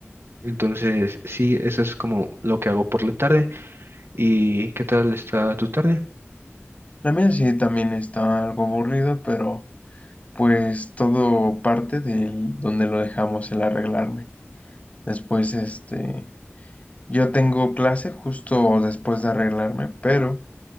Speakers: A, on the right (about 60°); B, on the left (about 30°).
A: Entonces, sí, eso es como lo que hago por la tarde. ¿Y qué tal está tu tarde?
B: La mía sí también está algo aburrida, pero Pues todo parte de donde lo dejamos el arreglarme. Después, este, yo tengo clase justo después de arreglarme, pero